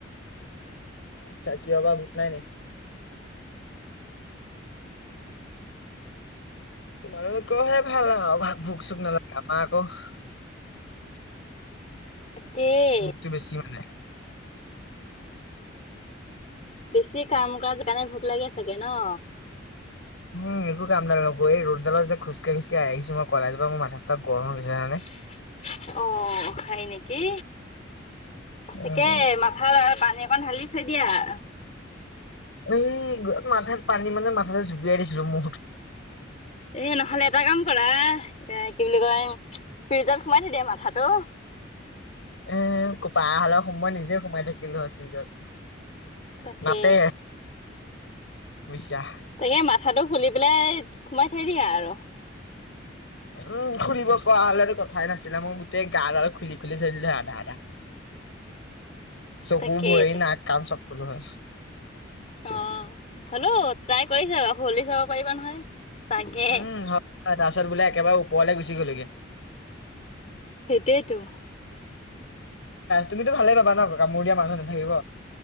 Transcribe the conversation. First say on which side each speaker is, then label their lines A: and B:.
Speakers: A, on the left; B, on the left.
A: আচ্ছা! কিয় বা ভোক নাই নি? <inaudible>
B: তাকে
A: ভোকটো বেছি মানে।
B: বেছি কাম কৰা কাৰণে ভোক লাগে চাগে ন?
A: উম, একো কামডাল নকৰোঁ। এই ৰ'দডালত যে খোজকাঢ়ি খোজকাঢ়ি আহিছো মই কলেজৰ পৰা মোৰ মাথা-চাথা গৰম হৈ গৈছে জানানে?
B: <unintelligible> অহ, হয় নিকি? ঠিকে
A: উম,
B: মাথাত অলপ পানী অ অকণ ঢালি থৈ দিয়া আৰু
A: এই মাথাত পানী মানে, মাথাটো জুবুৰীয়াই দিছিলো মো
B: এ নহ'লে এটা কাম কৰা, এহ, কি বুলি কয়, ফ্ৰিজত সোমাই থৈ দিয়া মাথাট ৰৌ
A: এহ, পৰা হ'লে মই নিজে সোমাই থাকিলো হয় ফ্ৰিজত।
B: তাকে!
A: নাতে বুইছা।
B: তাকে মাথাটো খুলি পেলাই সোমাই থৈ দিয়া আৰু।
A: উম, খুলিব পৰা হ'লেতো কথাই নাছিলে, মই গোটেই গাডাল খুলি খুলি থৈ দিলো হয় আধা আধা। চকু,
B: তাকেইতো
A: ভৰি, নাক, কাণ সব থলো হয়।
B: অ', হ'লেও ট্ৰাই কৰি চাবা হ'লে চাব পাৰিবা নহয়, চাগে
A: উম, হয় তাৰপিছত বোলে একেবাৰে ওপৰলে গুচি গ'লিগে।
B: সেইটোৱেটো।
A: তুমি তো ভালেই পাবা ন, কামোৰ দিয়া মানুহ নাথাকিব।